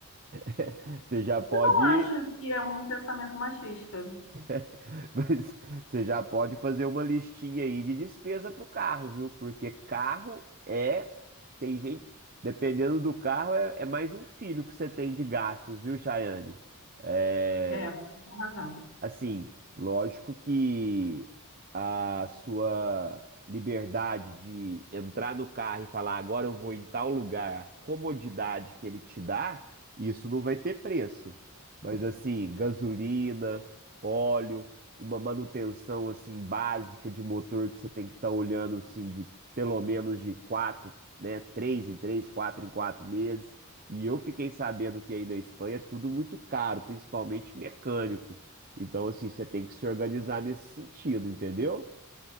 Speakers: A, on the right; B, on the left.
A: <laughs> Você já pode,
B: Eu acho que é um pensamento machista.
A: <laughs> mas você já pode fazer uma listinha aí de despesa pro carro, viu? Porque carro é, tem gente, dependendo do carro, é, é mais um filho que você tem de gastos, viu, Chayane? É,
B: É, você tem razão.
A: Assim, lógico que a sua liberdade de entrar no carro e falar agora eu vou em tal lugar, a comodidade que ele te dá, isso não vai ter preço. Mas assim, gasolina, óleo, uma manutenção assim básica de motor que você tem que estar olhando assim de pelo menos de quatro, né, três em três, quatro em quatro meses. E eu fiquei sabendo que aí na Espanha é tudo muito caro, principalmente mecânico. Então, assim, você tem que se organizar nesse sentido, entendeu?